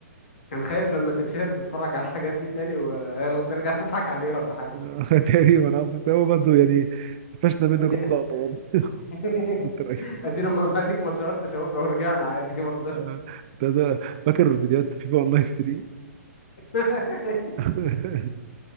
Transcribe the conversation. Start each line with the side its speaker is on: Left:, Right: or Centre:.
Left: كان خايف لما تتشهر تتفرج على الحاجات دي تاني و... آه، وترجع تضحك عليه ولا حاجة
Right: <laughs> تقريبا اه بس هو برضه يعني فشنا منه
Left: ادي
Right: كم لقطه برضه <laughs>
Left: <laughs>
Right: كنت رايح.
Left: ادينا ما ما اديك ما اتشهرتش اهو لو رجعنا عادي برضه
Right: آه، كنت عايز- فاكر فيديوهات فيفا اونلاين 3
Left: <laughs>
Right: <laughs>